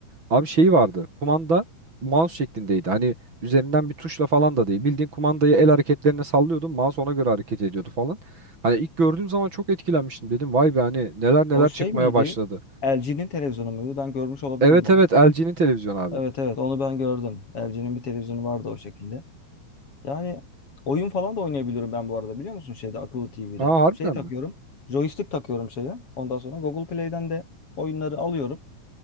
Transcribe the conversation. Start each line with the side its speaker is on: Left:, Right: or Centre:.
Right: Abi şeyi vardı. Kumanda mouse şeklindeydi. Hani üzerinden bir tuşla falan da değil. Bildiğin kumandayı el hareketlerine sallıyordun. Mouse ona göre hareket ediyordu falan. Hani ilk gördüğüm zaman çok etkilenmiştim. Dedim vay be hani neler neler
Left: O şey
Right: çıkmaya
Left: miydi?
Right: başladı.
Left: LG'nin televizyonu muydu? Ben görmüş olabilirim
Right: Evet
Left: onu.
Right: evet LG'nin televizyonu abi.
Left: Evet evet onu ben gördüm. LG'nin bir televizyonu vardı o şekilde. Yani oyun falan da oynayabiliyorum ben bu arada biliyor musun şeyde akıllı TV'de.
Right: Aa harbiden
Left: Şey takıyorum.
Right: mi?
Left: Joystick takıyorum şeye. Ondan sonra Google Play'den de oyunları alıyorum.